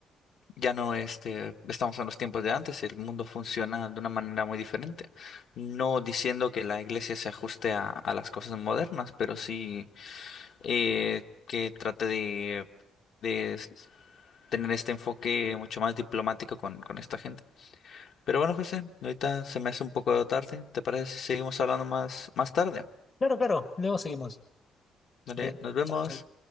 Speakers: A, on the left; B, on the left.
A: Ya no este, estamos en los tiempos de antes, el mundo funciona de una manera muy diferente. No diciendo que la iglesia se ajuste a, a las cosas modernas, pero sí eh, que trate de, de s- tener este enfoque mucho más diplomático con, con esta gente. Pero bueno, José, ahorita se me hace un poco tarde. ¿Te parece si seguimos hablando más, más tarde?
B: Claro, claro, luego seguimos.
A: Vale,
B: Vale.
A: nos vemos.
B: Chau, chau.